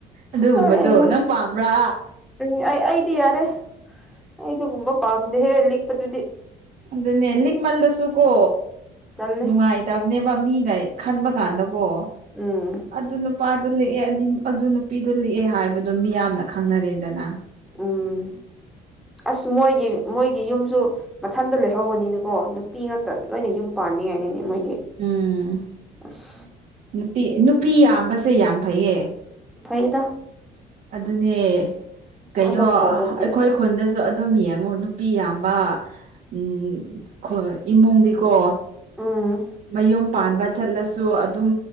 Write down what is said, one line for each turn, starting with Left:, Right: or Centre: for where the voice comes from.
Right: ꯑꯗꯨꯒꯨꯝꯕꯗꯣ
Centre: ꯍꯩꯍꯥ
Right: ꯅꯪ ꯄꯥꯝꯕ꯭ꯔ
Centre: ꯑꯩ ꯑꯩꯗꯤ ꯌꯥꯔꯦ ꯑꯩ ꯑꯗꯨꯒꯒꯨꯝꯕ ꯄꯥꯝꯗꯦꯍꯦ ꯂꯤꯛꯄꯗꯨꯗꯤ
Right: ꯑꯗꯨꯅꯦ ꯂꯤꯛꯃꯜꯂꯁꯨꯀꯣ
Centre: ꯇꯜꯂꯦ
Right: ꯅꯨꯡꯉꯥꯏꯇꯕꯅꯦꯕ ꯃꯤꯅ ꯈꯟꯕ ꯀꯥꯟꯗꯀꯣ
Centre: ꯎꯝ
Right: ꯑꯗꯨ ꯅꯨꯄꯤ ꯅꯨꯄꯥꯗꯨ ꯂꯤꯛꯑꯦ ꯗꯤ ꯑꯗꯨ ꯅꯨꯄꯤꯗꯨ ꯂꯤꯛꯑꯦ ꯍꯥꯏꯕꯗꯣ ꯃꯤꯌꯥꯝꯅ ꯈꯪꯅꯔꯦꯗꯅ
Centre: ꯎꯝ ꯑꯁ ꯃꯣꯏꯒꯤ ꯃꯣꯏꯒꯤ ꯌꯨꯝꯁꯨ ꯃꯊꯟꯇ ꯂꯩꯍꯧꯒꯅꯤꯅꯤꯀꯣ ꯅꯨꯄꯤ ꯉꯥꯛꯇ ꯂꯣꯏꯅ ꯌꯨꯝ ꯄꯥꯟꯅꯤꯡꯉꯥꯏꯅꯤꯅꯦ ꯃꯣꯏꯗꯤ
Right: ꯎꯝ
Centre: ꯑꯁ
Right: ꯅꯨꯄꯤ ꯅꯨꯄꯤ ꯌꯥꯝꯕꯁꯦ ꯌꯥꯝ ꯐꯩꯌꯦ
Centre: ꯐꯩꯗ
Right: ꯑꯗꯨꯅꯦ ꯀꯩꯅꯣ
Centre: ꯊꯕꯛ ꯇꯧꯕꯒꯨꯝꯕꯗ
Right: ꯑꯩꯈꯣꯏ ꯈꯨ ꯈꯨꯟꯗꯁꯨ ꯑꯗꯨꯝ ꯌꯦꯡꯉꯣ ꯅꯨꯄꯤ ꯌꯥꯝꯕ ꯎꯝ ꯈꯣꯏ ꯏꯃꯨꯡꯗꯤꯀꯣ
Centre: ꯎꯝ
Right: ꯃꯌꯨꯝ ꯄꯥꯟꯕ ꯆꯠꯂꯁꯨ ꯑꯗꯨꯝ